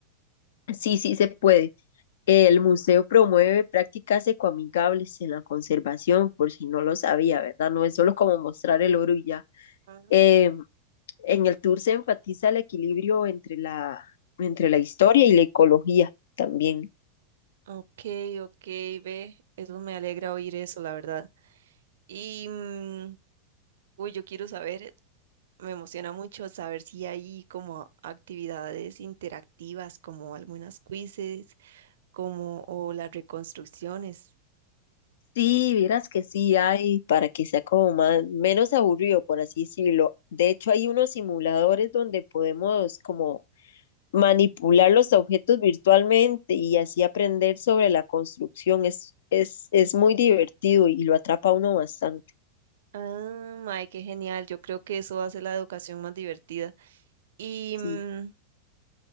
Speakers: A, on the left (about 60°); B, on the right (about 60°).
A: sí, sí se puede. El museo promueve prácticas ecoamigables en la conservación, por si no lo sabía, ¿verdad? No es solo como mostrar el oro y ya.
B: Ah,
A: Eh, en el tour se enfatiza el equilibrio entre la, entre la historia y la ecología también.
B: Ok, ok, ve, eso me alegra oír eso, la verdad. Y, mm, uy, yo quiero saber, me emociona mucho saber si hay como actividades interactivas, como algunas quizzes, como, o las reconstrucciones.
A: Sí, vieras que sí hay para que sea como más, menos aburrido, por así decirlo. De hecho, hay unos simuladores donde podemos como manipular los objetos virtualmente y así aprender sobre la construcción. Es, es, es muy divertido y lo atrapa a uno bastante.
B: Ah, mae, qué genial, yo creo que eso hace la educación más divertida. Y,
A: Sí,
B: mm,